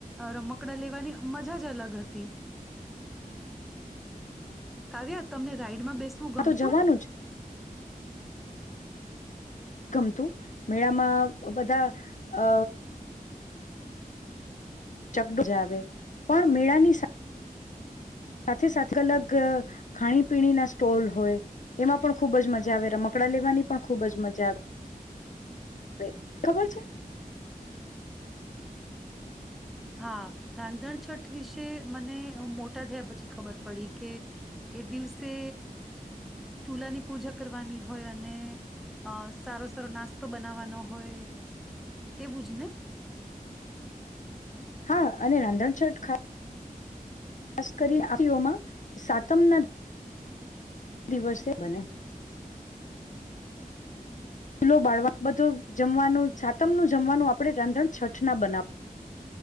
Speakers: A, in the centre; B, on the left.
A: રમકડા લેવાની મજા જ અલગ હતી કાવ્યા તમને એમાં બેસવું ગમતું.
B: આ તો જવાનું જ ગમતું મેળામાં બધા અ ચકડ આવે પણ મેળાની સા સાથે સાથે અલગ ખાણીપીણીના સ્ટોલ હોય એમાં પણ ખૂબ જ મજા આવે રમકડા લેવાની પણ ખૂબ જ મજા આવે ખબર છે.
A: હા રાંધણછઠ વિશે મને મોટા થયા પછી ખબર પડી કે એ દિવસે ચૂલાની પૂજા કરવાની હોય અને સારો સારો નાસ્તો બનાવવાનો હોય એવું જ ને.
B: હા અને રાંધણ શર્ટ ખા- ખાસ કરી આઓમાં સાતમના દિવસે બને. ચૂલો બાળવા બધો જમવાનું સાતમનું જમવાનું આપણે રાંધણ છઠ ના બનાવ